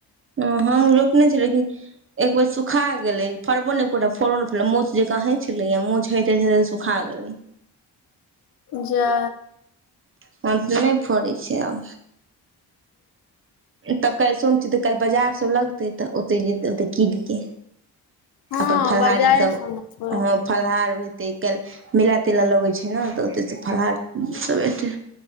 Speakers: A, on the right (about 30°); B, on the left (about 50°).
A: ओ हम ऊ रोपने छी लेकिन एक बेर सुखा गेलै फड़बो नै एकोटा फड़ो नै फड़लै मोंछ जेंका हई छलैयै मोंछ हेेइत हेइत हेइत सु खा गेलै।
B: जा
A: हं तऽ नै फड़ै छै आब। तब काइल सोम छी तऽ काइल बजार सब लग तइ त ओतै‌ जेतै ओतै कीनके
B: हँ
A: अपन फलहारी
B: बाजारे
A: सब
B: स आनऽ पड़त
A: हॅं फलहार हेतै काइल मेला तेला लगै छै न तऽ ओतैस फलाहार सभ एतै।